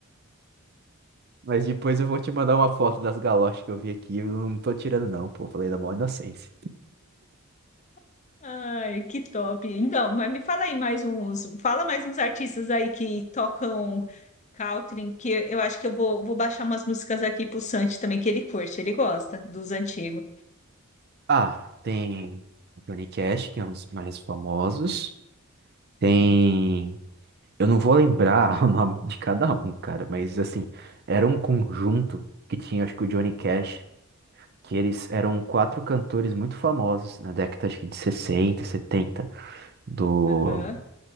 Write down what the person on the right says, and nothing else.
Mas depois eu vou te mandar uma foto das galochas que eu vi aqui. Eu não tô tirando, não, pô. Falei da maior inocência.
Ah, tem o Johnny Cash, que é um dos mais famosos. Tem.
Eu não vou lembrar <laughs> o nome de cada um, cara, mas assim, era um conjunto que tinha, acho que o Johnny Cash, que eles eram quatro cantores muito famosos na década, acho que de 60, 70 do,